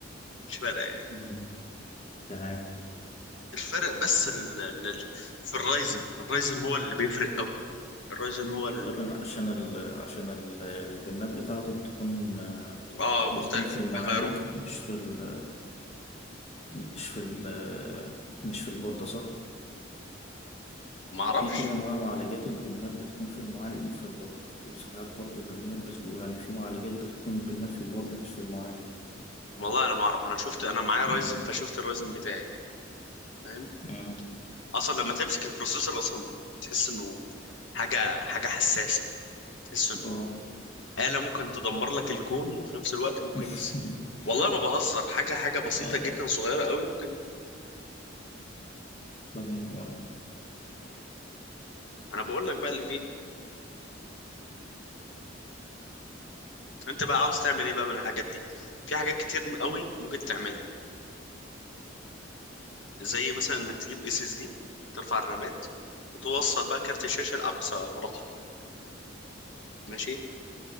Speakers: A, on the left (about 75°); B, on the left (about 35°).
A: مش فارقه يعني
B: مم. تمام
A: الفرق بس ال... ال... ال- في الرايزن الرايزن هو اللي بيفرق قوي الرايزن هو ال...
B: تقريبا عشان ال عشان ال- البنات بتاعته بتكون آه،
A: اه مختلف
B: بتكون في المعالج
A: بيغيره
B: مش في ال مش في ال- مش في البوردة صح؟
A: ما اعرفش
B: في كده أنواع معالجات البنات بتكون في المعالج مش في البوردة وساعات برضو بنات بت... يعني في معالجات بتكون البنات في البوردة مش في المعالج
A: والله انا ما اعرف انا شفت انا معايا
B: مم.
A: رايزن فشفت الرايزن بتاعي فاهم؟
B: مم.
A: اصلا لما تمسك البروسيسور اصلا بتحس انه حاجه حاجه حساسه تحس انه
B: اه
A: آلة ممكن تدمر لك الكون وفي نفس الوقت ممكن
B: <laughs>
A: تس... والله ما بهزر حاجه حاجه بسيطه
B: اه
A: جدا صغيره قوي ممكن
B: فاهمك آه.
A: انا بقول لك بقى اللي فيه انت بقى عاوز تعمل ايه بقى من الحاجات دي في حاجات كتير قوي ممكن تعملها زي مثلا انك تجيب اس اس دي ترفع الرامات وتوصل بقى كارت الشاشه لاقصى مراحل ماشي